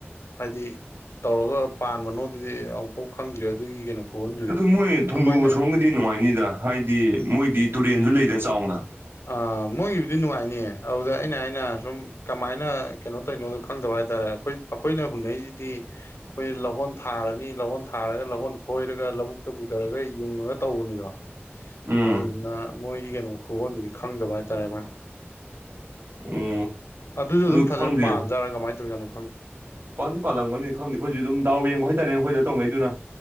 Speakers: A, on the left; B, on the right.
A: ꯍꯥꯏꯗꯤ ꯇꯧꯔꯒ ꯄꯥꯟꯕꯅꯣ ꯗꯤ ꯑꯃꯨꯛꯐꯥꯎ ꯈꯪꯗ꯭꯭ꯔꯤ ꯑꯗꯨꯒꯤ ꯀꯩꯅꯣ ꯈꯨꯍꯟꯗꯨꯗꯤ
B: ꯑꯗꯨ ꯃꯣꯏ ꯊꯣꯡꯖꯨ
A: ꯑꯩꯈꯣꯏꯅ
B: ꯑꯁꯣꯝꯒꯤꯗꯤ ꯅꯨꯡꯉꯥꯏꯅꯤꯗ ꯍꯥꯏꯗꯤ ꯃꯣꯏꯗꯤ ꯇꯨꯔꯦꯟꯁꯨ ꯂꯩꯗ ꯆꯥꯎꯅ
A: ꯑ ꯃꯣꯏꯒꯤꯕꯨꯗꯤ ꯅꯨꯡꯉꯥꯏꯅꯤꯌꯦ ꯑꯗꯨꯗ ꯑꯩꯅ ꯍꯥꯏꯅ ꯁꯨꯝ ꯀꯃꯥꯏꯅ ꯀꯩꯅꯣ ꯇꯧꯏꯅꯣꯗꯣ ꯈꯪꯗꯕ ꯀꯗꯧꯔꯦ ꯑꯩꯈꯣꯏ ꯑꯩꯈꯣꯏꯅ ꯍꯨꯟꯅꯩꯖꯤꯗꯤ ꯑꯩꯈꯣꯏꯖꯦ ꯂꯩꯍꯣꯟ ꯊꯥꯔꯅꯤ ꯂꯩꯍꯣꯟ ꯊꯥꯔꯒ ꯂꯩꯍꯣꯟ ꯐꯣꯏꯔ ꯀ ꯂꯧꯕꯨꯛꯇ ꯄꯨꯗꯔꯒ ꯌꯨꯡꯉꯒ ꯇꯧꯕꯅꯤꯗꯣ
B: ꯎꯝ
A: ꯑꯗꯨꯗꯨꯅ ꯃꯣꯏꯒꯤ ꯀꯩꯅꯣ ꯈꯨꯍꯣꯟꯗꯨꯗꯤ ꯈꯪꯗꯕ ꯍꯥꯏꯇꯥꯔꯦ ꯑꯩꯈꯣꯏꯅ
B: ꯎꯝ
A: ꯑꯗꯨꯖꯨ
B: ꯑꯗꯨ
A: ꯑꯗꯨꯝ ꯐꯖꯅ
B: ꯈꯪꯗꯦ
A: ꯄꯥꯟꯖꯔ ꯀꯃꯥꯏ ꯇꯧꯖꯅꯣ
B: ꯄꯥꯟꯗꯤ ꯄꯥꯜꯂꯝꯒꯅꯤ ꯈꯪꯗꯦ ꯑꯩꯈꯣꯏꯗꯤ ꯑꯗꯨꯝ ꯗꯥꯎ ꯌꯦꯡꯕ ꯍꯥꯏꯇꯥꯔꯦ ꯑꯩꯈꯣꯏꯗ ꯇꯧꯅꯩꯗꯨꯅ